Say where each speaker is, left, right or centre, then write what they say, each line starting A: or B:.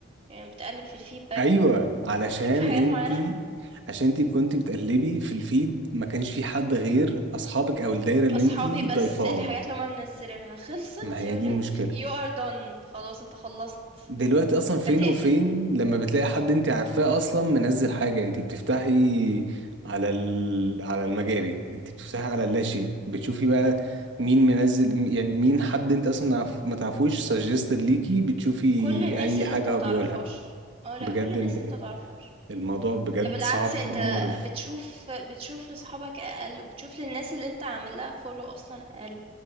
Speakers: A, on the right; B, on the right.
A: يعني بتقلب في الفيدباك
B: ايوه علشان
A: شوف حاجات
B: انتي
A: معينة
B: عشان انتي كنتي بتقلبي في الفيد ما كانش في حد غير اصحابك او الدايره اللي
A: أصحابي
B: انتي
A: بس
B: ضايفاهم
A: الحاجات اللي هما منزلينها خلصت
B: ما هي
A: يقولك
B: دي المشكله
A: you are done خلاص انت خلصت
B: دلوقتي اصلا فين
A: فتقفل
B: وفين لما بتلاقي حد انتي عارفاه اصلا منزل حاجه انتي بتفتحي على ال... على المجاري انتي بتفتحي على اللاشيء بتشوفي بقى مين منزل يعني مين حد انت اصلا ما تعرف- ما تعرفوش سجستد ليكي بتشوفي
A: كل الناس
B: اي
A: اللي
B: حاجه
A: أنت ما
B: هو
A: تعرفهاش
B: بيقولها
A: آه لأ،
B: بجد
A: كل الناس
B: ال-
A: اللي أنت ما تعرفهاش.
B: الموضوع بجد
A: ده بالعكس
B: صعب
A: أنت
B: ومقرف
A: بتشوف بتشوف لصحابك أقل، وبتشوف للناس اللي أنت عامل لها follow أصلًا أقل.